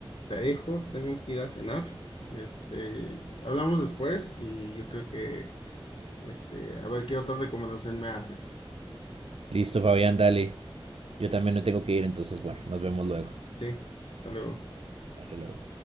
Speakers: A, on the left; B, on the right.
A: te dejo, tengo que ir a cenar. Este, hablamos después y yo creo que, este, a ver qué otra recomendación me haces.
B: Listo, Fabián, dale. Yo también me tengo que ir, entonces, bueno, nos vemos luego.
A: Sí, hasta luego.
B: Hasta luego.